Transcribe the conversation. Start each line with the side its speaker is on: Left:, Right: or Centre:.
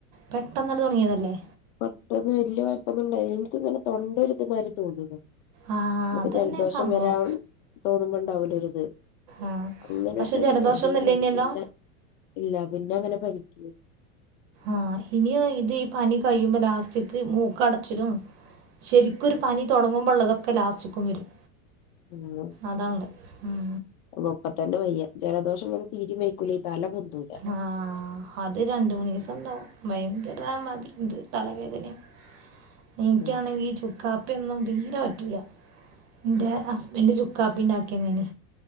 Right: പെട്ടെന്ന് അങ്ങോട്ട് തൊടങ്ങിയതല്ലേ
Left: പെട്ടന്ന് വലിയ കൊഴപ്പൊന്നും ഉണ്ടായില്ല എനിക്കിങ്ങനെ തൊണ്ട ഒരു മാതിരി തോന്നുന്നു
Right: ആഹ്
Left: നമുക്ക്
Right: അത്
Left: ജലദോഷം
Right: തന്നെ സംഭവം
Left: വരാൻ തോന്നുമ്പോ ഉണ്ടാവൂലോ ഒരിത്
Right: ആഹ്
Left: അങ്ങനെ
Right: പക്ഷെ
Left: ഒരു സൈസ്
Right: ജലദോഷ
Left: പൊറുതിയേട്
Right: ഒന്നും
Left: ഉണ്ടായിരുന്നു
Right: ഇല്ലനെ ല്ലോ
Left: പിന്നെ ഇല്ല പിന്നെ അങ്ങനെ പനിക്ക്-
Right: ആഹ് ഇനി ഇത് ഈ പനി കഴിയുമ്പോ ലാസ്റ്റക്ക് മൂക്കടച്ചിടും- ശരിക്കോരു പനി തൊടങ്ങുമ്പോ ഉള്ളതൊക്കെ ലാസ്റ്റിക്കു വരും
Left: ഉം
Right: അതണ് ഉം
Left: ഉം ഇപ്പ തന്നെ വയ്യ ജലദോഷം ഇങ്ങനെ തീരി വയ്ക്കൂല തല പൊന്തൂല
Right: ആഹ് അത് രണ്ട് മൂന്ന് ദെവസം ഒണ്ടാവും ഭയങ്കരമാ ഇത് തലവേദനയും എനിക്കാനെങ്കി
Left: ഉം
Right: ഈ ചുക്കാപ്പിയൊന്നും തീരെ പറ്റുല എന്റെ ഹസ്ബൻഡ് ചുക്കാപ്പി ഉണ്ടാക്കിയന്